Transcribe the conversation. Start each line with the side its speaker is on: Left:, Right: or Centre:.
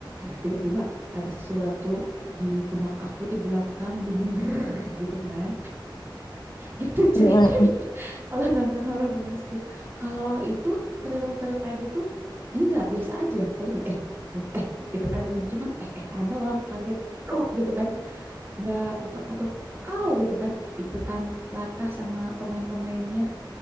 Right: Tiba-tiba ada sesuatu di pundak aku di belakang dingin drrrr, gitu kan. Gitu
Left: Mm,
Right: ceritanya.
Left: mm, mm.
Right: <laughs> Kalau nonton horor mistis. Kalau itu thriller-thriller kayak gitu enggak, biasa aja. Paling eh eh gitu kan paling cuman eh eh doang kaget. Aduh gitu kan. Enggak apa atau au gitu kan. Ikutan latah sama pemain-pemainnya.